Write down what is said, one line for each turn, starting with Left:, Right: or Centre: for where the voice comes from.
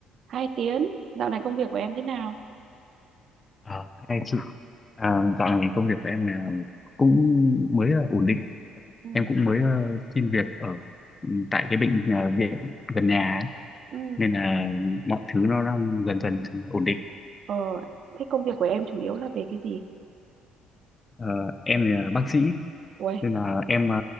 Right: Hai Tiến, dạo này công việc của em thế nào?
Left: À, hai chị à, dạo này công việc của em là cũng mới ờ, ổn định
Right: Ừ.
Left: em cũng mới ờ, xin việc ở ừ, tại cái bệnh ờ, viện gần nhà ấy.
Right: Ừ,
Left: Nên là mọi thứ nó đang dần dần ổn định
Right: ờ, thế công việc của em chủ yếu là về cái gì?
Left: Ờ, em là bác sĩ
Right: Uầy,
Left: nên là em ờ,